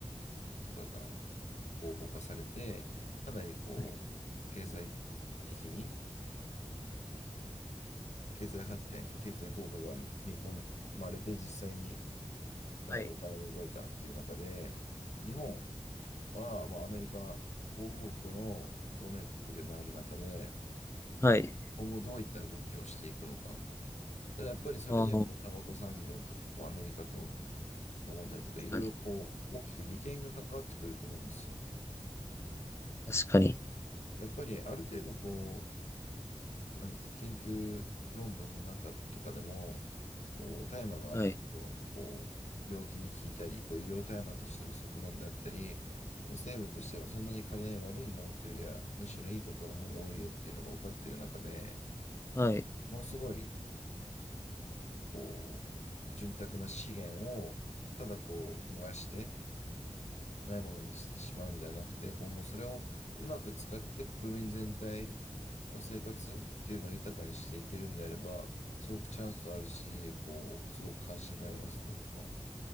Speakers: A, on the left; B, on the left.
A: とかが合法化されて、かなりこう、
B: はい。
A: 経済的に、経済発展、経済効果が見込まれて、実際にかなりお金が動いたっていう中で、
B: はい。
A: 日本、は、まあ、アメリカ合カ国の同盟国でもある中で、
B: はい。
A: 今後どういった動きをしていくのか。ただやっぱりそれにはこうタバコ産業とかこうアメリカと
B: ああ、
A: の問題とかいろいろこう大きく利権が関わってくると思うんですよ。
B: 確かに。確かに。
A: ただやっぱりある程度こうなんて研究論文の中とかでも、こう大麻がある程度こう病気に効いたり、
B: はい。
A: こう医療大麻としての側面だったり、こう成分としてはそんなに体に悪いものというよりは、むしろいいことの方が多いよっていうのが分かっている中で、
B: はい。
A: ものすごいこう潤沢な資源をただこう燃やして、ないものにしてしまうんではなくて、今後それをうまく使って国民全体の生活っていうのを豊かにしていけるんであれば、すごくチャンスあるし、こう、すごく関心がありますね、僕は。